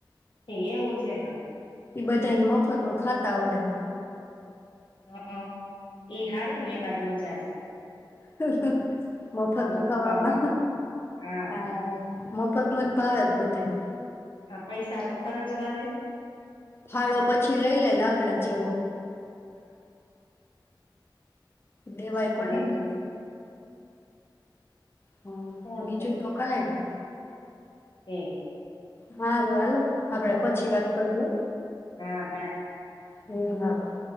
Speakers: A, on the left; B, on the left.
A: એવું છે હવ.
B: એ બધાને મફત નું ખાતા આવડે હે.
A: હકન ઈ હારું ને એમાં જ મજા સ.
B: હ. મફત નું
A: ખાવામાં
B: ખવામાં
A: હા
B: આ મફતનું જ ભાવે છે બધાને.
A: હ પૈસા તો ખર્ચવા નઈ.
B: ફાળો પછી લઈ લે લાકડા જેવો.
A: ઠેક
B: દેવાય
A: શુ
B: પડે
A: બીજું?
B: ને હા
A: શું
B: બીજું તો કાય નય.
A: ઠેક.
B: હારું હાલો. આપડે પછી વાત કરી હો.
A: હા બાય
B: હમ હા બાય.